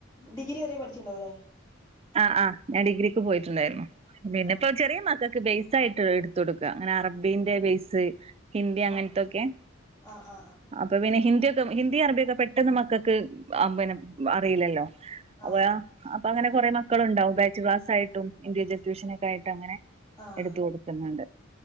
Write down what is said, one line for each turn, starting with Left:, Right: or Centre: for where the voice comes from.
Left: ഡിഗ്രി വരെ പഠിച്ചിട്ടുണ്ടാവുല്ലേ?
Right: ആഹ് ആ ഞാൻ ഡിഗ്രിക്ക് പോയിട്ടുണ്ടായിരുന്നു പിന്നെ
Left: ആ
Right: ഇപ്പൊ ചെറിയ മക്കൾക്ക് ബേയ് സായിട്ട് എടുത്ത് കൊടുക്ക ഇങ്ങനെ അറബിന്റെ ബേസ്, ഹിന്ദി അങ്ങനത്തൊക്കെ
Left: ആ ആ ആ ആ
Right: അപ്പൊ പിന്നെ ഹിന്ദി ഒ ഹിന്ദി അറബിയൊക്കെ പെട്ടെന്ന് മക്കൾക്ക് അ പിന്ന അറിയില്ലല്ലോ
Left: ആ
Right: അപ്പൊ അപ്പ അങ്ങനെ കുറെ മക്കളുണ്ടാവും ബാച്ച് ക്ലാസ് ആയിട്ടു ഇൻഡിവിജ്വൽ ട്യൂഷനൊക്കായിട്ടങ്ങനെ.
Left: ആ
Right: എടുത്ത കൊടുക്കുന്നുണ്ട്.